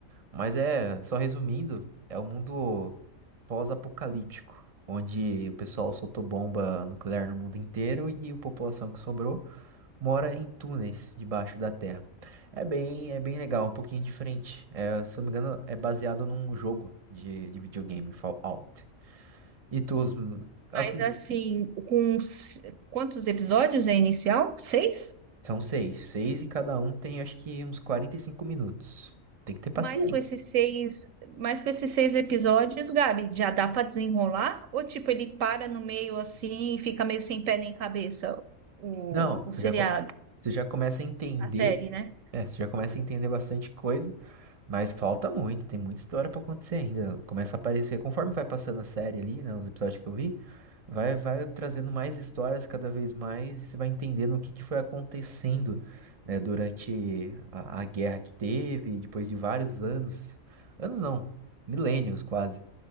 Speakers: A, on the right; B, on the right.
A: Mas é, só resumindo, é um mundo pós-apocalíptico, onde o pessoal soltou bomba nuclear no mundo inteiro e a população que sobrou mora em túneis debaixo da terra. É bem, é bem legal, um pouquinho diferente. É, se eu não me engano, é baseado num jogo de, de videogame, Fallout. E tu, assim,
B: Mas assim, com s- quantos episódios é inicial? Seis?
A: São seis. Seis e cada um tem, acho que, uns 45 minutos. Tem que ter paciência.
B: Mas com esses seis, mas com esses seis episódios, Gabi, já dá para desenrolar? Ou tipo, ele para no meio assim, e fica meio sem pé nem cabeça o,
A: Não,
B: o
A: você
B: seriado,
A: já, co- você já começa a entender.
B: a série, né?
A: É, você já começa a entender bastante coisa, mas falta muito, tem muita história pra acontecer ainda. Começa a aparecer, conforme vai passando a série ali, né, os episódios que eu vi, vai, vai trazendo mais histórias cada vez mais, e você vai entendendo o que que foi acontecendo, né, durante a, a guerra que teve, depois de vários anos, anos não, milênios quase